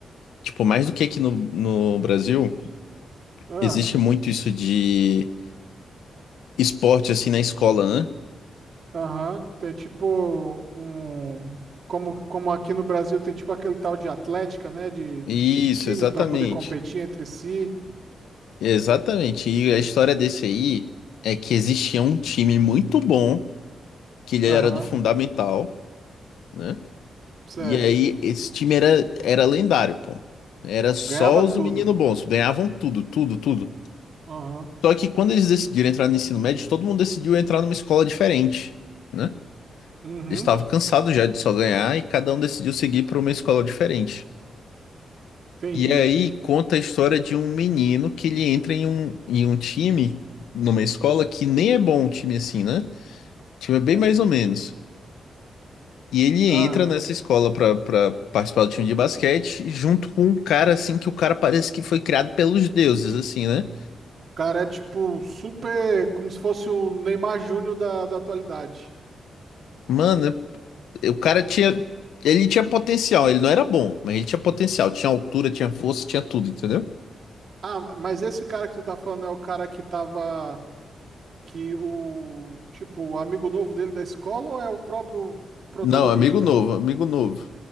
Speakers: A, on the left (about 85°); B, on the right (about 65°).
A: Tipo, mais do que aqui no, no Brasil,
B: Ah.
A: existe muito isso de esporte, assim, na escola, né?
B: Aham, É tipo um. Como, como aqui no Brasil tem tipo aquele tal de Atlética, né? De,
A: Isso,
B: de times
A: exatamente.
B: para poder competir entre si.
A: Exatamente. E a história desse aí é que existia um time muito bom, que ele
B: Aham,
A: era do Fundamental, né?
B: certo.
A: E aí esse time era, era lendário, pô. Era só
B: Ganhava
A: os
B: tudo.
A: meninos bons, ganhavam tudo, tudo, tudo.
B: Aham,
A: Só que quando eles decidiram entrar no ensino médio, todo mundo decidiu entrar numa escola diferente, né?
B: uhum,
A: Eles estavam cansados já de só ganhar e cada um decidiu seguir para uma escola diferente.
B: entendi.
A: E aí conta a história de um menino que ele entra em um, em um time, numa escola que nem é bom um time assim, né? O time é bem
B: É,
A: mais ou menos. E ele
B: ah,
A: entra nessa escola pra, pra participar do time de basquete, junto com um cara assim, que o cara parece que foi criado pelos deuses, assim, né?
B: o cara é tipo super. Como se fosse o Neymar Júnior da, da atualidade.
A: Mano, é- o cara tinha. Ele tinha potencial, ele não era bom, mas ele tinha potencial, tinha altura, tinha força, tinha tudo, entendeu?
B: Ah, mas esse cara que tu tá falando é o cara que tava. Que o. Tipo, o amigo novo dele da escola ou é o próprio protagonista?
A: Não, amigo novo, amigo novo.